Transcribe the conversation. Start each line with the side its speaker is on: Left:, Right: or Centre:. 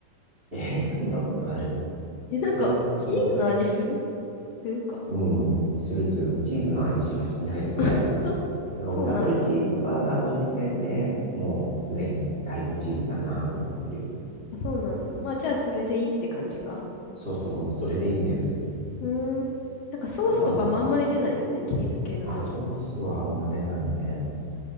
Right: <laughs> え、そんなことある
Left: え、なんか、
Right: あれ <laughs> は普通の、
Left: チーズの味するするか。
Right: うん、するする、もうチーズの味しかしないぐらい。
Left: <laughs> ほんとそうなんだ。
Right: <laughs> なんかもうダブルチーズバーガーの時点でもうすでにだいぶチーズだなと思ってるよ。
Left: あ、そうなんだ。まあ、じゃあ、それでいいって感じか。
Right: そうそう、もうそれでいいんだよね。
Left: うーん。なんか、ソースとかもあんまり出ないよね。
Right: あとは、ま
Left: チーズ系のソース。
Right: あ、ソースはあんま出ないね。
Left: <laughs>